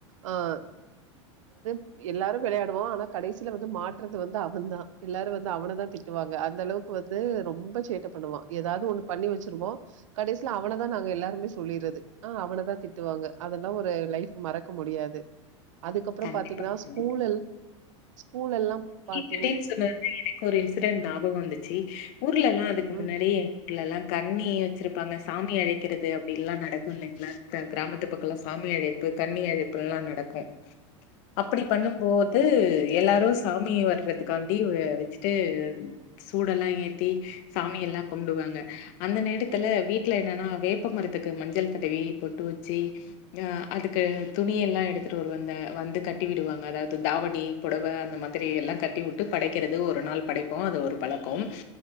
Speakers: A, on the right (about 80°); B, on the left (about 55°).
A: அஹ் அத எல்லாரும் விளையாடுவோம் ஆனா கடைசியில வந்து மாட்டுறது வந்து அவன் தான் எல்லாரும் வந்து அவனதான் திட்டுவாங்க அந்த அளவுக்கு வந்து ரொம்ப சேட்டை பண்ணுவான் ஏதாவது ஒண்ணு பண்ணி வச்சிருமோ கடைசியில அவனதான் நாங்க சொல்லிறது ஆஹ் அவனதான் திட்டுவாங்க அதெல்லாம் ஒரு லைஃப் மறக்க முடியாது அதுக்கப்பறம்
B: கண்டிப்பா
A: பாத்தீங்கன்னா ஸ்கூலல் ஸ்கூல்ல எல்லாம் பாத்
B: அப்படின்னு சொன்னது எனக்கு ஒரு இன்சிடென்ட் ஞாபகம் வந்துச்சு ஊர்ல எல்லாம் அதுக்கு
A: ம்,
B: முன்னாடி எல்லாம் கன்னி வச்சிருப்பாங்க சாமி அழைக்கிறது அப்டில்லாம் நடக்கும் இல்லைங்களா கிராமத்து பக்கம்லாம் சாமி அழைப்பு கண்ணி அழைப்புல்லாம் நடக்கும் அப்படி பண்ணும்போது எல்லாரும் சாமிய வர்றதுக்காண்டி வச்சுட்டு சூடெல்லாம் ஏத்தி சாமியெல்லாம் கும்பிடுவாங்க அந்த நேரத்துல வீட்ல என்னன்னா வேப்ப மரத்துக்கு மஞ்சள் தடவி பொட்டு வச்சுஹ அதுக்கு துணியெல்லாம் எடுத்துட்டு ஒருவந்த வந்து கட்டி விடுவாங்க அதாவது தாவணி புடவை அந்த மாதிரி எல்லாம் கட்டி விட்டு படைக்கிறது ஒரு நாள் படைப்போம் அது ஒரு பழக்கம்